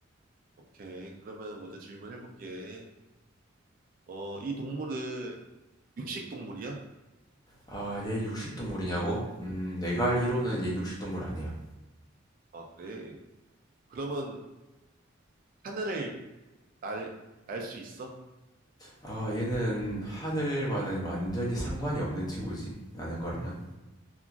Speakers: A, on the right; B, on the left.
A: 오케이. 그러면 먼저 질문해볼게. 어, 이 동물은 육식 동물이야?
B: 아, 얘 육식동물이냐고? 음, 내가 알기로는
A: 응.
B: 얘 육식동물 아니야.
A: 아, 그래. 그러면 하늘을 날, 날 수 있어?
B: 아, 얘는 하늘과는 완전히 상관이 없는 친구지. 나는 거랑은.